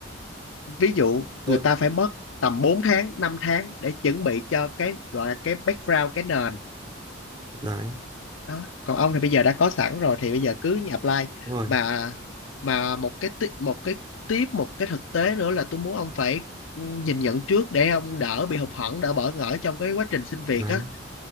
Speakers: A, on the left; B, on the right.
A: ví dụ
B: Tôi
A: người ta phải mất tầm 4 tháng 5 tháng để chuẩn bị cho cái gọi là cái background cái nền
B: đấy,
A: đó còn ông thì bây giờ đã có sẵn rồi thì bây giờ cứ apply
B: đúng rồi.
A: mà mà một cái ti- một cái tiếp một cái thực tế nữa là tôi muốn ông phải ừ, nhìn nhận trước để ông đỡ bị hụt hẫng đỡ bỡ ngỡ trong cái quá trình xin việc
B: Đấy,
A: á